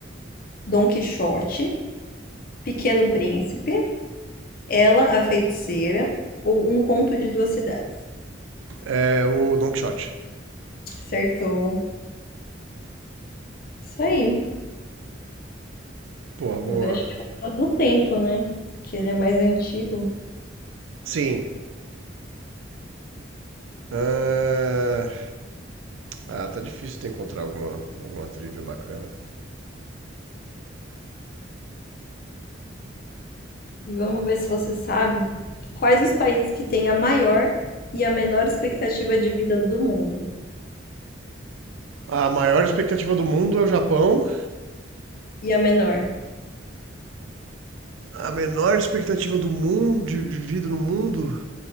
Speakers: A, on the left; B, on the right.
A: Dom Quixote, Pequeno Príncipe, Ela, a Feiticeira ou Um Conto de Duas Cidades.
B: É o Don Quixote.
A: Acertou. Isso aí.
B: Porra, boa.
A: Mas acho que é por causa do tempo, né? Que ele é mais antigo.
B: Sim. Ah, ah, tá difícil de encontrar alguma, alguma trivia bacana.
A: E vamos ver se você sabe quais os países que têm a maior e a menor expectativa de vida do mundo.
B: A maior expectativa do mundo é o Japão.
A: E a menor.
B: A menor expectativa do mundo, de, de vida no mundo.